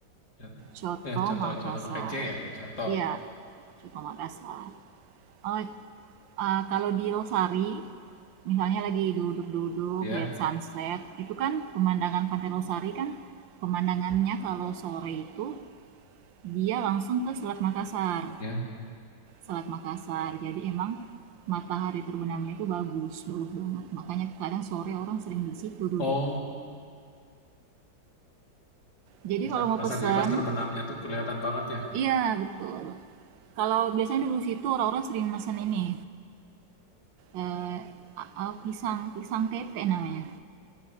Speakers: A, on the left; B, on the right.
A: Ya,
B: Coto
A: ya, coto,
B: Makassar.
A: coto pakai C ya, coto.
B: Iya, coto Makassar. Oh, eh, kalau di Losari, misalnya lagi duduk-duduk
A: Ya,
B: lihat sunset, itu kan pemandangan Pantai Losari kan pemandangannya kalau sore itu dia langsung ke Selat Makassar.
A: ya.
B: Selat Makassar. Jadi emang matahari terbenamnya itu bagus, bagus banget. Makanya kadang sore orang sering di situ duduk.
A: Oh,
B: Jadi
A: di Selat
B: kalau
A: Makassar.
B: mau pesan
A: Jadi pas terbenamnya tuh kelihatan banget ya.
B: Iya, betul. Kalau biasanya dulu situ orang-orang sering mesen ini, eee, a a pisang pisang tepe namanya.